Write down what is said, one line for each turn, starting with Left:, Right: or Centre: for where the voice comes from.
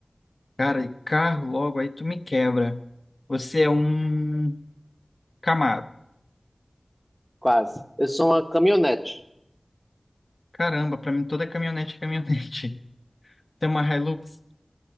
Left: Cara, e carro logo aí tu me quebra. Você é um Camaro.
Centre: Quase. Eu sou uma caminhonete.
Left: Caramba, pra mim toda caminhonete é caminhonete. <laughs> Tem uma Hilux?